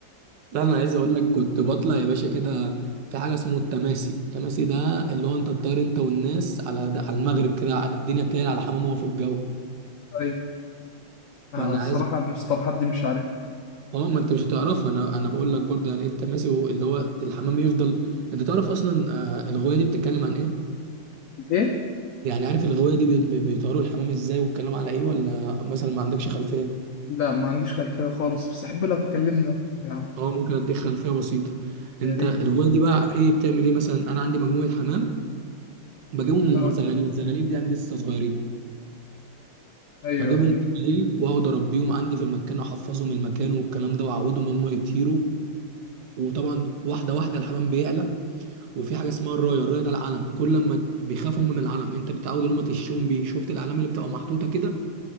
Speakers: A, on the right; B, on the left.
A: لا انا عايز اقول لك كنت بطلع يا باشا كده في حاجه اسمه التماسي التماسي ده اللي هو انت تطير انت والناس على ده على المغرب كده الدنيا تليل على حمام وهو في الجو
B: أيوة آه،
A: فانا
B: الصراحة
A: عايز
B: المصطلحات دي مش عارف
A: اه ما انت مش هتعرفها انا انا بقول لك برضه يعني ايه التماسي اللي هو الحمام يفضل انت تعرف اصلا آه الغوايه دي بتتكلم عن ايه
B: إيه
A: يعني عارف الغوايه دي بي- بي- بيطيروا الحمام ازاي والكلام على ايه ولا مثلا ما عندكش خلفيه
B: لا ما عنديش خلفية خالص بس أحب لو تكلمني أكتر يا عم
A: اه ممكن اديك خلفيه بسيطه
B: يا
A: انت
B: ريت
A: الغوايه دي بقى ايه بتعمل ايه مثلا انا عندي مجموعه حمام بجيبهم
B: أه
A: هم زغاليل زغاليل دي يعني لسه صغيرين
B: أيوه
A: بجيبهم
B: أيوه
A: بالليل واقعد اربيهم عندي في المكان احفظهم المكان والكلام ده واعودهم هم يطيروا وطبعا واحده واحده الحمام بيعلى وفي حاجه اسمها الرايه الرايه ده العلم كل لما ت- بيخافوا هم من العلم انت بتعود ان هم تشوم بيه شفت الاعلام اللي بتبقى محطوطه كده